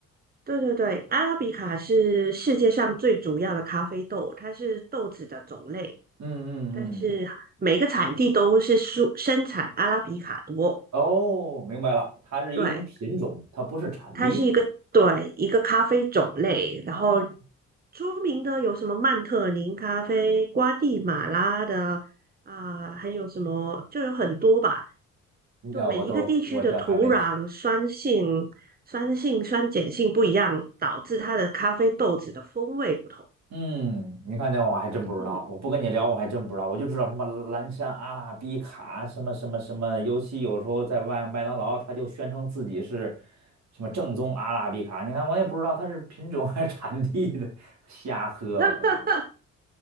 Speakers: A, on the right; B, on the right.
A: 对对对，阿拉比卡是世界上最主要的咖啡豆，它是豆子的种类，
B: 嗯嗯嗯，
A: 但是每个产地都是生生产阿拉比卡多。
B: 哦，明白了，它是一种品种，
A: 对，
B: 它不是产地
A: 它是一个对一个咖啡种类，然后
B: 啊。
A: 出名的有什么曼特宁咖啡、瓜地马拉的啊、还有什么就有很多吧。
B: 你啊我都我这还没听。
A: 就每一个地区的土壤酸性、酸性、酸碱性不一样，导致它的咖啡豆子的风味不同。
B: 嗯，你看那我还真不知道，
A: 嗯，
B: 我不跟你聊我还真不知道，我就知道什么蓝山阿拉比卡什么什么什么，尤其有时候在外麦当劳，他就宣称自己是什么正宗阿拉比卡，你看我也不知道它是品种还是产地的，瞎喝吧，
A: <laughs>
B: 我就是